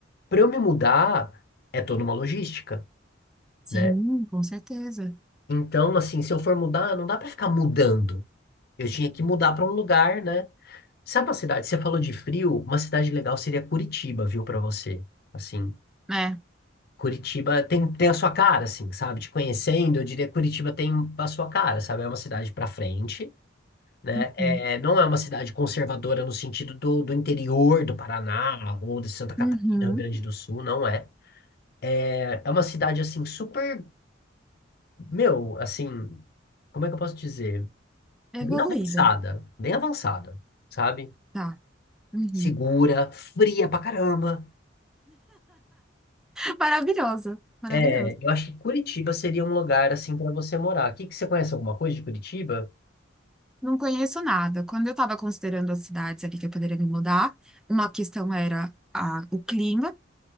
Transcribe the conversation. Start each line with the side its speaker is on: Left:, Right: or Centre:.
Left: para eu me mudar, é toda uma logística,
Centre: Sim,
Left: né?
Centre: com certeza.
Left: Então, assim, se eu for mudar, não dá para ficar mudando. Eu tinha que mudar para um lugar, né? Sabe uma cidade? Você falou de frio, uma cidade legal seria Curitiba, viu, para você. Assim,
Centre: É.
Left: Curitiba tem, tem a sua cara, assim, sabe? Te conhecendo, eu diria que Curitiba tem a sua cara, sabe? É uma cidade para frente né?
Centre: Uhum.
Left: É, não é uma cidade conservadora no sentido do, do interior do Paraná ou de Santa Catarina,
Centre: Uhum.
Left: Rio Grande do Sul, não é. É, é uma cidade, assim, super, meu, assim, como é que eu posso dizer? Bem
Centre: Evoluída.
Left: avançada, bem avançada, sabe?
Centre: Tá. Uhum.
Left: Segura, fria pra caramba.
Centre: <laughs> Maravilhoso, maravilhoso.
Left: É, eu acho que Curitiba seria um lugar, assim, pra você morar. O que que você conhece alguma coisa de Curitiba?
Centre: Não conheço nada. Quando eu estava considerando as cidades ali que eu poderia me mudar, uma questão era a, o clima.